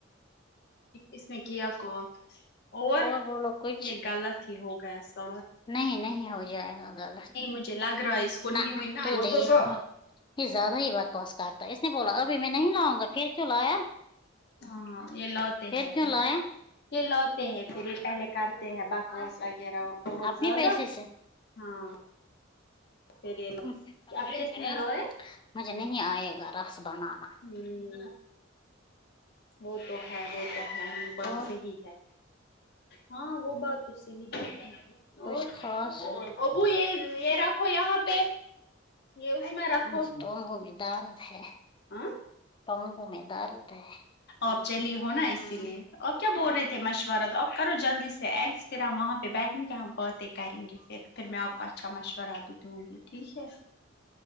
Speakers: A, on the left; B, on the left.
A: اس نے کیا کال اور
B: بولو کچھ
A: یہ غلط ہی ہو گیا سا
B: نہیں نہیں ہو جائے گا غلط
A: مجھے لگ رہا ہے اس کو نہیں
B: نہ
A: ہوئی نا
B: تو
A: اچھے
B: نے یہ
A: سے
B: زیادہ ہی بکواس کرتا اس نے بولا ابھی میں نہیں لاؤں گا پھر کیوں لایا
A: ہاں یہ لوٹے
B: پھر
A: ہے
B: کیوں لایا
A: یہ لوتے ہیں پھر یہ پہلے کرتے ہیں بکواس وغیرہ بہت
B: اپنے
A: زیادہ
B: پیسے سے
A: ہاں پھر یہ
B: س
A: اب کس
B: جینا
A: نے لوئے
B: <inaudible> مجھے نہیں آئے گا رس بنانا
A: ہوں وہ تو ہے وہ تو ہے یہ بات
B: اور
A: صحیح ہے ہاں وہ بات تو صحیح ہے
B: کچھ
A: اور
B: خاص
A: ابو یہ یہ رکھو یہاں پہ
B: پہ
A: یہ اس میں رکھو
B: پاؤں میں درد ہیں
A: ہاں
B: پاؤں میں درد ہے
A: آپ چلی ہو نا اسی
B: ہاں
A: لیے آپ کیا بول رہے تھے مشورہ تو آپ کرو جلدی سے ایگس پھر ہم وہاں پہ بیٹھیں گے ہم باتیں کریں گے پھر پھر میں آپ کو اچھا مشورہ بھی تو بولی ٹھیک ہے